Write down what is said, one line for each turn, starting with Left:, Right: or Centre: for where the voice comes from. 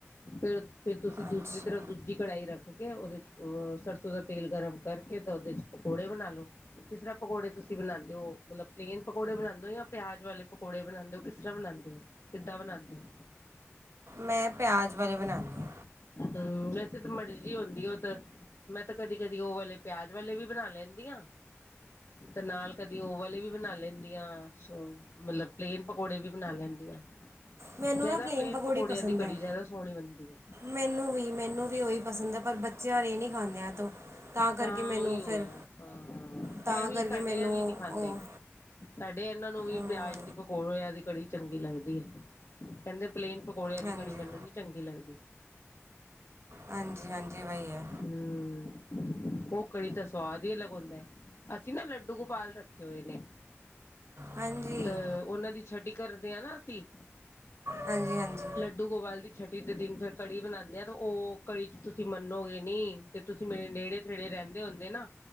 Left: ਫੇਰ ਫਿਰ ਤੁਸੀਂ
Right: ਅੱਛਾ
Left: ਦੂਸਰੀ ਤਰ੍ਹਾਂ ਜ ਕੜਾਹੀ ਰੱਖ ਕੇ ਉਹਦੇ ਚ ਅਹ ਸਰਸੋਂ ਦਾ ਤੇਲ ਗਰਮ ਕਰਕੇ ਤਾਂ ਉਹਦੇ ਚ ਪਕੌੜੇ ਬਣਾ ਲਓ ਕਿਸ ਤਰ੍ਹਾਂ ਪਕੌੜੇ ਤੁਸੀਂ ਬਣਾਉਂਦੇ ਹੋ ਮਤਲਬ ਪਲੇਨ ਪਕੌੜੇ ਬਣਾਉਂਦੇ ਹੋ ਜਾਂ ਪਿਆਜ ਵਾਲੇ ਪਕੌੜੇ ਬਣਾਉਂਦੇ ਹੋ ਕਿਸ ਤਰ੍ਹਾਂ ਬਣਾਉਂਦੇ ਹੋ ਕਿੱਦਾਂ ਬਣਾਉਂਦੇ ਹੋ
Right: ਮੈਂ ਪਿਆਜ਼ ਵਾਲੇ ਬਣਾਉਂਦੀ ਹਾਂ
Left: ਹਮ ਵੈਸੇ ਤਾਂ ਮਰਜ਼ ਆਉਂਦੀ ਉਹ ਤਾਂ ਮੈਂ ਤਾਂ ਕਦੀ ਕਦੀ ਉਹ ਵਾਲੇ ਪਿਆਜ ਵਾਲੇ ਵੀ ਬਣਾ ਲੈਂਦੀ ਆ। ਤੇ ਨਾਲ ਕਦੀ ਉਹ ਵਾਲੀ ਵੀ ਬਣਾ ਲੈਂਦੀਆਂ ਸੋ ਮਤਲਬ ਪਲੇਨ ਪਕੌੜੇ ਵੀ ਬਣਾ ਲੈਂਦੀ ਆ।
Right: ਮੈਨੂੰ
Left: ਜਿਆਦਾ
Right: ਨਾ
Left: ਪਲੇਨ
Right: ਪਕੌੜੀ
Left: ਪਕੌੜਿਆਂ
Right: ਪਸੰਦ
Left: ਦੀ ਕੜੀ
Right: ਹੈ
Left: ਜਿਆਦਾ ਸੋਹਣੀ ਬਣਦੀ ਐ।
Right: ਮੈਨੂੰ ਵੀ ਮੈਨੂੰ ਵੀ ਉਹੀ ਪਸੰਦ ਐ ਪਰ ਬੱਚੇ ਰ ਇਹ ਨਹੀਂ ਖਾਂਦੇ ਤੋਂ। ਕਰਕੇ
Left: ਤਾਂ
Right: ਮੈਨੂੰ
Left: ਉਹੀ ਉਹ
Right: ਫਿਰ
Left: ਹੈ ਹਾਂ
Right: ਤਾਂ
Left: ਐ ਵੀਂ
Right: ਕਰਕੇ
Left: ਸਾਡੇ
Right: ਮੈਨੂੰ
Left: ਐ ਵੀ ਨੀ
Right: ਉਹ
Left: ਖਾਂਦੇ। ਸਾਡੇ ਇਹਨਾਂ ਨੂੰ ਵੀ
Right: ਉਹ
Left: ਪਿਆਜ ਦੀ ਪਕੌੜੇ ਆ ਦੀ ਕੜੀ ਚੰਗੀ ਲੱਗਦੀ ਹੈ ਕਹਿੰਦੇ ਪਲੇਨ ਪ ਕੋਲਿਆਂ ਦੀ
Right: ਹਾਂਜੀ
Left: ਕੜੀ ਮੈਨੂੰ ਨੀ ਚੰਗੀ ਲੱਗਦੀ।
Right: ਹਾਂਜੀ ਹਾਂਜੀ ਵਾਈ ਹੈ।
Left: ਹੂੰ, ਔ ਕੜੀ ਤਾਂ ਸਵਾਦ ਹੀ ਅਲੱਗ ਹੁੰਦਾ। ਅਸੀਂ ਨਾ ਲੱਡੂ ਗੋਪਾਲ ਰੱਖੇ ਹੋਏ ਨੇ।
Right: ਹਾਂਜੀ
Left: ਤੇ ਉਹਨਾਂ ਦੀ ਛੱਡੀ ਕਰਦੇ ਆ ਨਾ ਅਸੀਂ।
Right: ਹਾਂਜੀ, ਹਾਂਜੀ।
Left: ਧੂ ਗੋਪਾਲ ਦੀ ਛੱਟੀ ਦੇ ਦਿਨ ਫਿਰ ਕੜੀ ਬਣਾਂਦੇ ਆ, ਤੇ ਉਹ ਕੜੀ ਚ ਤੁਸੀਂ ਮੰਨੋਗੇ ਨੀ ਜੇ ਤੁਸੀਂ ਮੇਰੇ ਨੇੜੇ ਤੇੜੇ ਰਹਿੰਦੇ ਹੁੰਦੇ ਨਾ